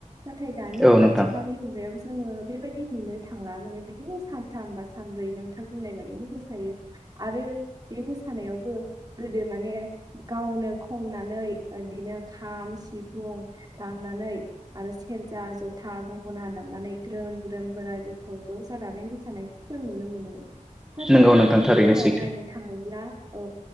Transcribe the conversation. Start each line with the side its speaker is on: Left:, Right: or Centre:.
Right: नाथाय दानि
Centre: औ नोंथां
Right: आथिखालनि मुगायाव जोङो बेबायदि नुनो थांला माने बिदिनो सानथाम बा सानब्रै नोंथां बुंनाय बाददिनो मोसायो आरो बे मोसानायावबो गोदो माने गावनो खननानै बिदिनो खाम, सिफुं दामनानै आरो सेरजा, जथा, गंगना दामनानै ग्रोम ग्रोम बोराय बेथ' ज' जानानै मोसानायखौ जों नुनो मोनोमोन। नाथाय
Centre: नंगौ नोंथां
Right: दानि
Centre: थारैनो
Right: बेलायाव
Centre: सैथो
Right: नायनो थाङोब्ला औ